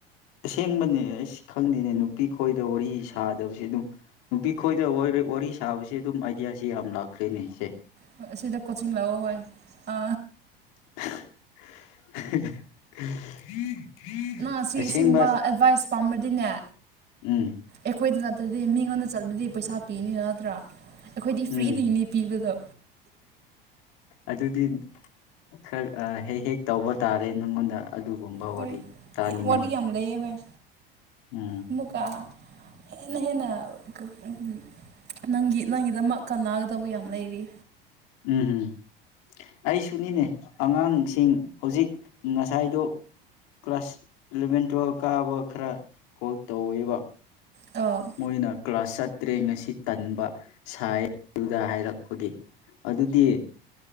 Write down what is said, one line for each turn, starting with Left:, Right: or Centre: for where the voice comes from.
Left: ꯑꯁꯦꯡꯕꯅꯦ ꯑꯩꯁ ꯈꯪꯗꯦꯅꯦ ꯅꯨꯄꯤ ꯈꯣꯏꯗ ꯋꯥꯔꯤ ꯁꯥꯗꯕꯁꯦ ꯑꯗꯨꯝ ꯅꯨꯄꯤ ꯈꯣꯏꯗ ꯋꯣꯏꯔꯣꯏ ꯋꯥꯔꯤ ꯁꯥꯕꯁꯦ ꯑꯗꯨꯝ ꯑꯥꯏꯗꯤꯌꯥꯁꯤ ꯌꯥꯝ ꯂꯥꯛꯈ꯭ꯔꯦꯅꯦ ꯑꯩꯁꯦ
Right: ꯍꯣꯏ ꯑꯁꯤꯗ ꯀꯣꯆꯤꯡ ꯂꯧꯔ ꯍꯣꯏ ꯑ
Left: <unintelligible>
Right: ꯅꯪ ꯁꯤ
Left: ꯑꯁꯦꯡꯕ
Right: ꯑꯁꯤꯒꯨꯝꯕ ꯑꯦꯗꯚꯥꯏꯁ ꯄꯥꯝꯔꯗꯤꯅꯦ꯫
Left: ꯎꯝ
Right: ꯑꯩꯈꯣꯏꯗ ꯅꯠꯇ꯭ꯔꯗꯤ ꯃꯤꯉꯣꯟꯗ ꯆꯠꯂꯗꯤ ꯄꯩꯁꯥ ꯄꯤꯅꯤꯅ ꯅꯠꯇ꯭ꯔꯥ ꯑꯩꯈꯣꯏꯗꯤ ꯐ꯭ꯔꯤꯗꯤꯅꯦ
Left: ꯎꯝ
Right: ꯄꯤꯕꯗꯣ
Left: ꯑꯗꯨꯗꯤ ꯈꯔ ꯍꯦꯛ ꯍꯦꯛ ꯇꯧꯕ ꯇꯥꯔꯦ ꯅꯪꯉꯣꯟꯗ ꯑꯗꯨꯒꯨꯝꯕ
Right: ꯍꯣꯏ
Left: ꯋꯥꯔꯤ ꯇꯥꯅꯤꯡꯉꯥꯏ
Right: ꯌꯥꯝ ꯋꯥꯇꯒꯤꯃ ꯂꯩꯦ ꯍꯣꯏ
Left: ꯎꯝ
Right: ꯑꯃꯨꯀꯥ ꯍꯦꯟꯅ ꯍꯦꯟꯅ ꯑ-ꯑ ꯅꯪꯒꯤ ꯅꯪꯒꯤꯗꯃꯛ ꯀꯥꯟꯅꯒꯗꯕ ꯌꯥꯝ ꯂꯩꯔꯤ꯫
Left: ꯎꯝ ꯎꯝ ꯑꯩ ꯁꯅꯤꯅꯦ ꯑꯉꯥꯡ ꯁꯤꯡ ꯍꯧꯖꯤꯛ ꯉꯁꯥꯏꯗꯨꯣ ꯀ꯭ꯂꯥꯁ ꯏꯂꯚꯦꯟ ꯇꯨꯋꯦꯜꯕ ꯀꯥꯕ ꯈꯔ ꯀꯣꯜ ꯇꯧꯋꯦꯕ
Right: ꯑꯣ
Left: ꯃꯣꯏꯅ ꯀ꯭ꯂꯥꯁ ꯆꯠꯇ꯭ꯔꯦ ꯉꯁꯤ ꯇꯟꯕ ꯁꯥꯏꯗꯨꯗ ꯍꯥꯏꯔꯛꯄꯒꯤ꯫ ꯑꯗꯨꯗꯤ